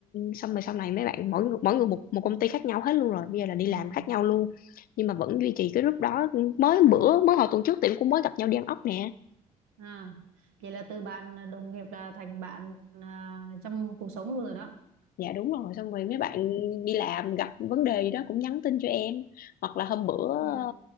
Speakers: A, on the left; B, on the right.
A: xong rồi sau này mấy bạn mỗi người, mỗi người một một công ty khác nhau hết luôn rồi bây giờ là đi
B: ừ
A: làm khác nhau luôn nhưng mà vẫn duy trì cái group đó mới bữa mới hồi tuần trước tiệm cũng mới gặp nhau đi ăn ốc nè
B: à vậy là từ bạn đồng nghiệp là thành bạn à, trong cuộc sống luôn rồi đó
A: dạ đúng rồi xong rồi mấy
B: ừ
A: bạn đi làm gặp vấn đề gì đó cũng nhắn tin cho em hoặc là hôm bữa
B: ừ
A: ờ,